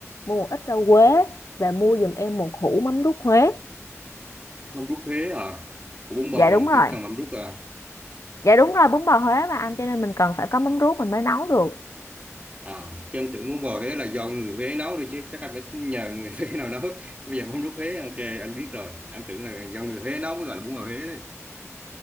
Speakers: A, on the left; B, on the right.
A: mua một ít rau quế và mua giùm em một hũ mắm ruốc Huế.
B: Mắm rút Huế à. Của bún bò
A: Dạ
B: mình
A: đúng rồi.
B: vẫn cần mắm rút à.
A: Dạ đúng rồi, bún bò Huế mà anh cho nên mình cần phải có mắm ruốc mình mới nấu được.
B: À, cho anh tưởng muốn bò Huế là do người Huế nấu thôi chứ chắc anh phải nhờ người <laughs> Huế nào nấu bây giờ không rút Huế ok anh biết rồi anh tưởng là do người Huế nấu mới gọi là bún bò Huế đấy